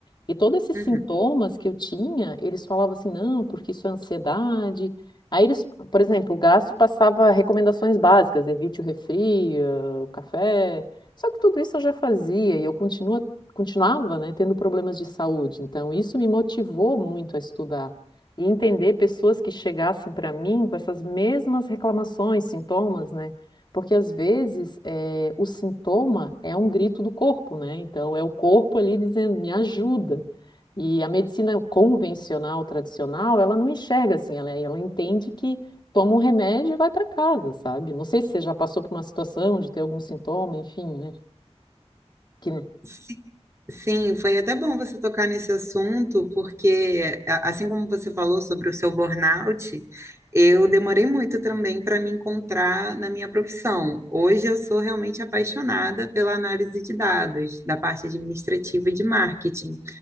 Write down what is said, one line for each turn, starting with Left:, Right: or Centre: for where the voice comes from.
Left: E todos esses
Right: Uhum.
Left: sintomas que eu tinha, eles falavam assim, não, porque isso é ansiedade. Aí eles, por exemplo, o gastro passava recomendações básicas, evite o refri, eh, o café. Só que tudo isso eu já fazia e eu continua, continuava, né, tendo problemas de saúde. Então, isso me motivou muito a estudar e entender pessoas que chegassem para mim com essas mesmas reclamações, sintomas, né? Porque às vezes eh, o sintoma é um grito do corpo, né? Então é o corpo ali dizendo, me ajuda. E a medicina convencional, tradicional, ela não enxerga assim, ela, ela entende que toma um remédio e vai para casa, sabe? Não sei se você já passou por uma situação de ter algum sintoma, enfim, né? Que
Right: Si- Sim, foi até bom você tocar nesse assunto, porque a- assim como você falou sobre o seu burnout, eu demorei muito também para me encontrar na minha profissão. Hoje eu sou realmente apaixonada pela análise de dados, da parte administrativa e de marketing.